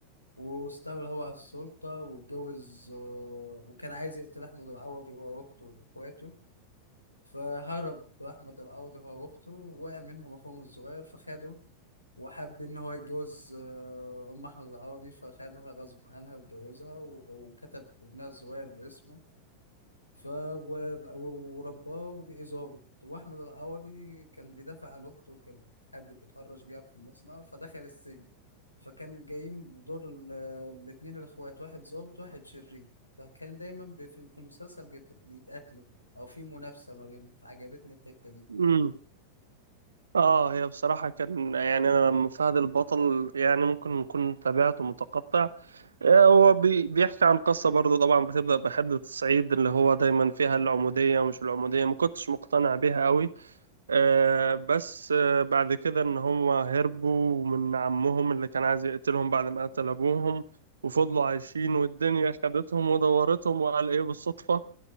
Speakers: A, on the left; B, on the right.
A: واستولى هو على السلطة واتجوز آه، وكان عايز يقتل أحمد العوضي وهو وأخته وإخواته فهرب أحمد العوضي هو وأخته وقع منهم أخوهم الصغير فخده وحب إن هو يتجوز آه، أم أحمد العوضي فخدها غصب عنها واتجوزها و- وكتب ابنها الصغير باسمه ف و- و- ورباه وبقي ظابط وأحمد العوضي كان بيدافع عن أخته وكان حد بيتهرج بيها في المصنع فدخل السجن فكان جايين دور ال- الاتنين الإخوات واحد ظابط واحد شرير فكان دايما بي- في في المسلسل بيت- بيتقاتلوا أو في منافسة ما بينهم فعجبتني الحتة دي
B: امم اه هي بصراحة كان يعني أنا لما فهد البطل يعني ممكن نكون تابعته متقطع آه، هو بي- بيحكي عن قصة برضه طبعا بتبدأ بحدة الصعيد اللي هو دايما فيها العمودية ومش العمودية ما كنتش مقتنع بيها قوي آه، بس آه، بعد كده إن هم هربوا من عمهم اللي كان عايز يقتلهم بعد ما قتل أبوهم وفضلوا عايشين والدنيا خدتهم ودورتهم وقال إيه بالصدفة